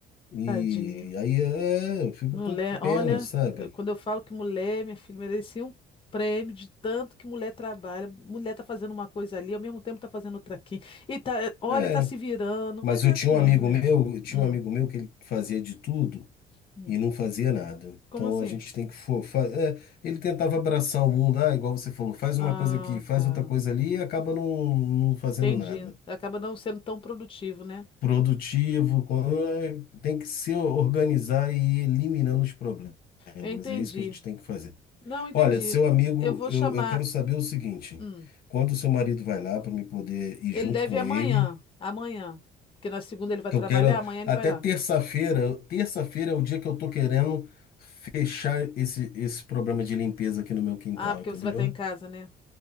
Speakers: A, on the left; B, on the left.
A: E
B: Tadinha.
A: aí é, eu fico
B: Mulher,
A: com pena,
B: olha,
A: sabe?
B: eh, quando eu falo que mulher, minha filha, merecia um prêmio de tanto que mulher trabalha. Mulher tá fazendo uma coisa ali, ao mesmo tempo tá fazendo outra aqui. E tá, eh, olha,
A: É,
B: e tá se virando,
A: mas
B: mas
A: eu
B: é
A: tinha
B: assim mesmo,
A: um amigo
B: né?
A: meu, eu tinha
B: Hum,
A: um amigo meu que ele fazia de tudo.
B: hum.
A: e não fazia nada.
B: Como
A: Então
B: assim?
A: a gente tem que. fo- fa- é, ele tentava abraçar o mundo, ah, igual você falou, faz
B: Ah,
A: uma coisa aqui, faz
B: tá.
A: outra coisa ali e acaba não, não fazendo
B: Entendi.
A: nada.
B: Acaba não sendo tão produtivo, né?
A: Produtivo, com- é, tem que se organizar e ir eliminando os problemas. É,
B: Eu
A: Mas
B: entendi.
A: é isso que a gente tem que fazer.
B: Não, entendi.
A: Olha, seu amigo,
B: Eu vou
A: eu,
B: chamar.
A: eu quero saber o seguinte:
B: Hum.
A: quando o seu marido vai lá para me poder ir
B: Ele
A: junto
B: deve
A: com
B: ir
A: ele.
B: amanhã. Amanhã. Porque na segunda ele vai
A: que
B: trabalhar,
A: eu quero
B: amanhã ele
A: até
B: vai lá.
A: terça-feira. Terça-feira é o dia que eu tô querendo fechar esse, esse problema de limpeza aqui no meu quintal,
B: Ah, porque
A: entendeu?
B: você vai estar em casa, né?